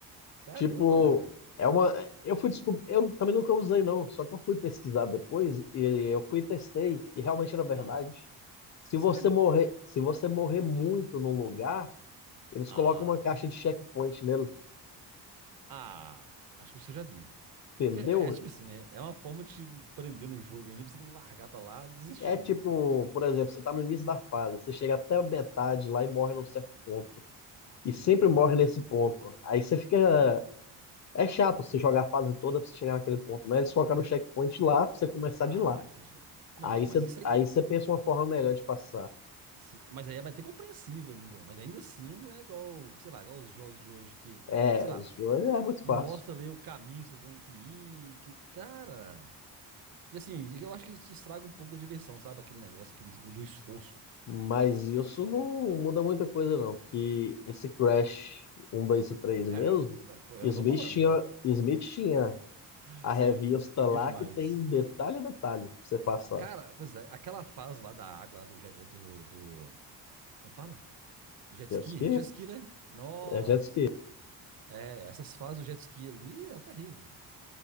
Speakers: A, on the right; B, on the left.
A: Sério?
B: Tipo,
A: Eu não gostei, não.
B: é uma. Eu fui descobrir. Eu também nunca usei, não. Só que eu fui pesquisar depois e eu fui e testei. E realmente era verdade.
A: Ah,
B: Se
A: sério?
B: você morrer, se você morrer muito num lugar, eles
A: Ah.
B: colocam uma caixa de checkpoint nele,
A: Ah, acho que isso eu já vi.
B: entendeu?
A: Porque é, é tipo assim, né? É uma forma de te prender no jogo ainda, pra você não largar pra lá e desistir,
B: É tipo,
A: né?
B: por exemplo, você tá no início da fase, você chega até a metade lá e morre num certo ponto.
A: Sim.
B: E sempre morre nesse ponto. Aí você fica. É chato você jogar a fase toda pra você chegar naquele ponto, né? Eles colocaram o checkpoint lá pra você começar
A: Ah,
B: de lá.
A: entendi. Não,
B: Aí
A: mas
B: você
A: isso ainda.
B: aí você pensa uma forma melhor de passar.
A: Sim, mas aí é até compreensível ainda. Mas ainda assim não é igual, sei lá, igual os jogos de hoje que,
B: É,
A: sei lá,
B: os Joy é muito
A: mostra
B: fácil.
A: ali o caminho que você tem que ir. Que, cara. E assim, eu acho que isso estraga um pouco da diversão, sabe? Aquele negócio, aquele, do esforço.
B: Mas isso
A: É,
B: não muda muita coisa, não. Que esse Crash um 2 e 3
A: é,
B: mesmo,
A: não, pô, eu
B: Smith
A: tô falando.
B: tinha, Smith tinha
A: <laughs>
B: a
A: Sim,
B: revista
A: joguei
B: lá
A: demais.
B: que tem detalhe a detalhe pra você passar.
A: Cara, pois é, aquela fase lá da água, lá do, jet- do, do. Como é que fala? Do jet
B: Jet
A: ski?
B: ski?
A: É Jet ski, né? Nossa!
B: É jet ski.
A: É, essas fases do jet ski ali é terrível.